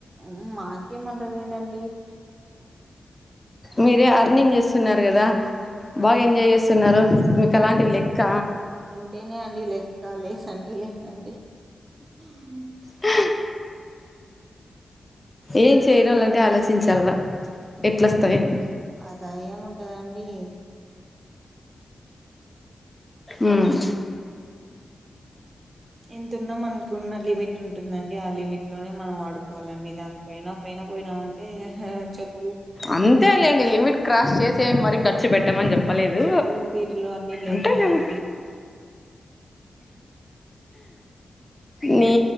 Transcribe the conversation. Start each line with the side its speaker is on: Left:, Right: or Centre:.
Right: వ్వ్ మాకేమంట రేనండి
Left: మీరే అర్నింగ్ చేస్తున్నారు కదా
Right: అన్ని
Left: బాగ్ ఎంజాయ్ చేస్తున్నారు మీకలాంటివి లెక్క
Right: తేనే అండి లక్క లేసంటే లే అండి ఉహ్మ్
Left: ఆ ఏం చేయనోళ్ళంటే ఆలోచించాల్ల ఎట్లొస్తాయని
Right: అద యేముంటదండి
Left: ఉమ్
Right: ఎంతున్నా మనకు ఉన్న లిమిట్ ఉంటుందండి ఆ లిమిట్ లోనే మనం వాడుకోవాలండి దాన్ పోయినా పొయినా పోయినామంటే హా చెప్
Left: అంతే లేండి లిమిట్ క్రాస్ చేసే మరీ ఖర్చు పెట్టమన్ చెప్ ప్పలేదు
Right: చెప్పులు పీటలు అన్ని లేస్తాయండి
Left: ఉంటా కదా నీ